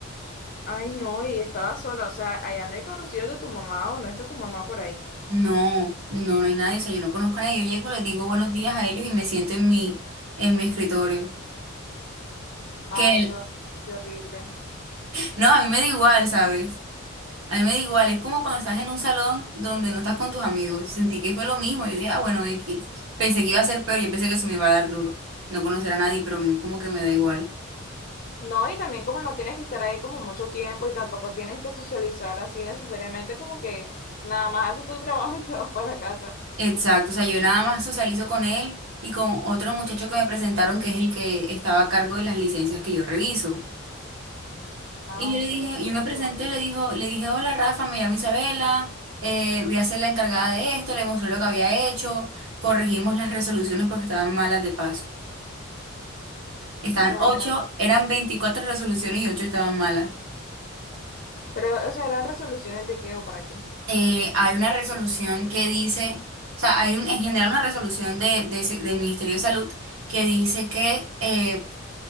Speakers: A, on the left; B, on the right.
A: ay no, y estaba sola, o sea, allá no hay conocidos de tu mamá o no está tu mamá por ahí.
B: No, no, no hay nadie, o sea, yo no conozco a nadie. Yo llego, les digo buenos días a ellos y me siento en mi, en mi escritorio.
A: Ay,
B: Que el-
A: no, qué horrible.
B: no, a mí me da igual, ¿sabes? A mí me da igual, es como cuando estás en un salón donde no estás con tus amigos. Sentí que fue lo mismo, yo dije, ah, bueno, X. Pensé que iba a ser peor, yo pensé que se me iba a dar duro. No conocer a nadie, pero a mí como que me da igual.
A: No, y también como no tienes que estar ahí como mucho tiempo y tampoco tienes que socializar así necesariamente, como que nada más haces tu trabajo y te vas para la casa.
B: Exacto, o sea, yo nada más socializo con él y con otro muchacho que me presentaron, que es el que estaba a cargo de las licencias que yo reviso.
A: Ah,
B: Y yo
A: ok,
B: le dije,
A: bueno,
B: yo me presenté,
A: por lo menos,
B: le dijo, le dije, hola Rafa, me llamo Isabela, eh, voy a ser la encargada de esto, le mostré lo que había hecho, corregimos las resoluciones porque estaban malas de paso. Estaban
A: imagínate.
B: ocho, eran 24 resoluciones y ocho estaban malas.
A: Pero, o sea, ¿eran resoluciones de qué o para qué?
B: Eh, hay una resolución que dice, o sea, hay un- en general una resolución de, de se- del Ministerio de Salud que dice que eh,